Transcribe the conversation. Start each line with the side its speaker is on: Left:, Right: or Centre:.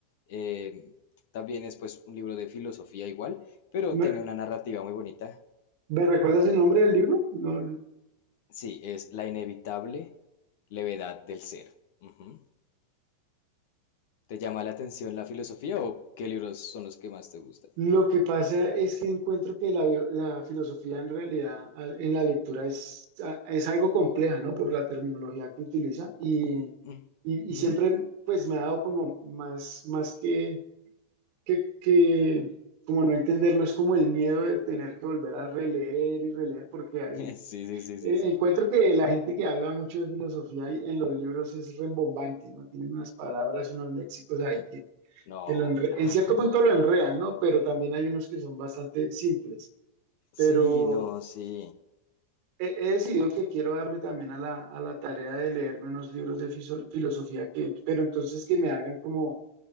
Left: Eh, también es pues un libro de filosofía igual pero
Right: ¿Me,
Left: tiene una narrativa muy bonita.
Right: me recuerdas el nombre del libro? No,
Left: Sí, es la inevitable levedad del ser. Ujú. ¿Te llama la atención la filosofía o qué libros son los que más te gustan?
Right: Lo que pasa es que encuentro que la, bio- la filosofía en realidad al- en la lectura es, a- es algo compleja, ¿no? Por la terminología que utiliza y,
Left: Ujú.
Right: y- y siempre
Left: <laughs>
Right: pues me ha dado como más, más que, que, que como no entenderlo, es como el miedo de tener que volver a releer y releer porque ahí
Left: Sí, sí, sí, sí,
Right: eh,
Left: sí.
Right: encuentro que la gente que habla mucho de filosofía y en los libros es rembombante, ¿no? Tienen unas palabras, unos léxicos ahí
Left: No,
Right: que lo enre-
Left: claro.
Right: en cierto punto lo enredan, ¿no? Pero también hay unos que son bastante simples. Pero
Left: Sí, no, sí.
Right: he, he decidido que quiero darme también a la, a la tarea de leerme unos libros de fiso- filosofía que, pero entonces que me hagan como